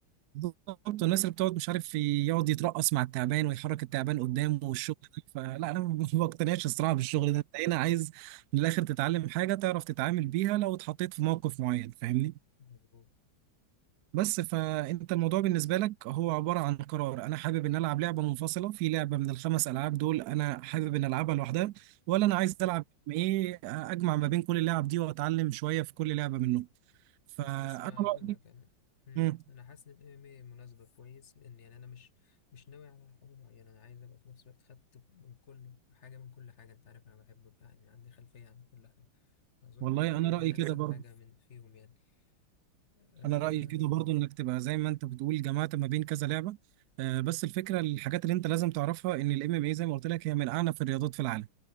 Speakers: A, on the right; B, on the left.
A: بالظبط الناس اللي بتقعد مش عارف يقعد يترقص مع التعبان ويحرك التعبان قدامه
B: <laughs>
A: والشغل ده فلا انا <laughs> ما بقتنعش الصراحه بالشغل ده انت هنا عايز من الاخر تتعلم حاجه تعرف تتعامل بيها لو اتحطيت في موقف معين فاهمني
B: أيوة، مظبوط
A: بس فانت الموضوع بالنسبه لك هو عباره عن قرار انا حابب ان العب لعبه منفصله في لعبه من الخمس العاب دول انا حابب ان العبها لوحدها ولا انا عايز العب ايه اجمع ما بين كل اللعب دي واتعلم شويه في كل لعبه منهم فانا
B: حاسس ما
A: رايي
B: هقول لك انا امم
A: مم.
B: انا حاسس ان الام ام اي مناسبه كويس لان يعني انا مش مش ناوي على حاجه معينه انا عايز ابقى في نفس الوقت خدت من كل حاجه من كل حاجه انت عارف انا بحب ابقى يعني عندي خلفيه عن كل حاجه اظن
A: والله
B: الام ام
A: انا
B: اي
A: رايي
B: هي
A: كده
B: انسب
A: برضه
B: حاجه من فيهم يعني اه
A: انا رايي كده برضو انك تبقى زي ما انت بتقول جمعت ما بين كذا لعبه آه، بس الفكره الحاجات اللي انت لازم تعرفها ان الام ام اي زي ما قلت لك هي من اعنف الرياضات في العالم